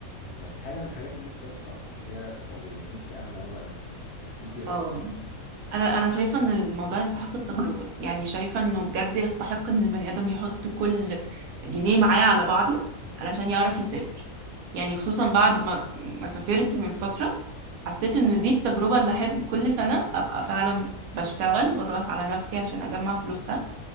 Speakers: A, on the left; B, on the right.
A: بس حاجة من الحاجات اللي نفسي اروحها هي السعودية نفسي اعمل عمرة قوي انت ايه رأيك
B: اه انا انا شايفه ان الموضوع يستحق التجربه يعني شايفه انه بجد يستحق ان البني ادم يحط كل جنيه معاه على بعضه علشان يعرف يسافر يعني خصوصا بعد ما ما سافرت من فتره حسيت ان دي التجربه اللي احب كل سنه ابقى فعلا بشتغل واضغط على نفسي عشان اجمع فلوسها